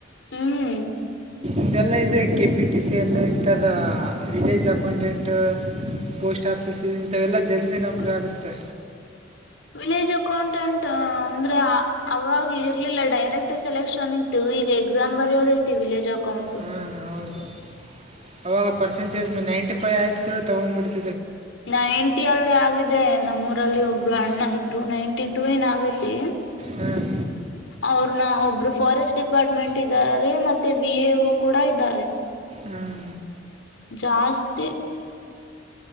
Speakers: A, on the left; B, on the right.
A: ಹ್ಮ್
B: ಇದೆಲ್ಲ ಇದೆ ಕೆ ಪಿ ಟಿ ಸಿಿಯಲ್ಲಿ ಇಂಥದ ವಿಲೇಜ್ ಅಕೌಂಟೆಂಟ್ ಪೋಸ್ಟ್ ಆಫೀಸ್ ಇಂಥವೆಲ್ಲ ಜಲ್ದಿ ನೌಕರಿ ಆಗುತ್ತೆ
A: ವಿಲೇಜ್ ಅಕೌಂಟೆಂಟ್ ಅಂದ್ರೆ ಅವಾಗ ಇರ್ಲಿಲ್ಲ ಡೈರೆಕ್ಟ್ ಸೆಲೆಕ್ಷನ್ ಇತ್ತು ಈಗ ಎಕ್ಸಾಮ್ ಬರೆಯೋದ ಐತಿ ವಿಲೇಜ್ ಅಕೌಂಟ್ು
B: ಹಾಂ ಹೌದು ಅವಾಗ ಪರ್ಸೆಟೇಜ್ ನೈಟಿ ೈ ಆಯ್ು ತಗೊಬಿಟ್ಟು
A: ನ ಎಂಟಿಿಯಲ್ಲಿ ಆಗಿದೆ ನಮ್ಮೂ ಲ್ಲಿ ಒಬ್ರು ಅಣ್ಣ ಇದ್ರು ನೈಂಟಿ ಟೂ ಏನ್ ಆಗೈತಿ
B: ಹಾಂ
A: ಅವ್ರನ್ನ ಒಬ್ರು ಫಾರೆಸ್ಟ್ ಡಿಪಾರ್ಟ್ಮೆಂಟ್ ಇದ್ದಾರೆ ಮತ್ತೆ ವಿ ಎಒ ಕೂಡ ಇದ್ದಾರೆ
B: ಹಾಂ
A: ಜಾಸ್ತಿ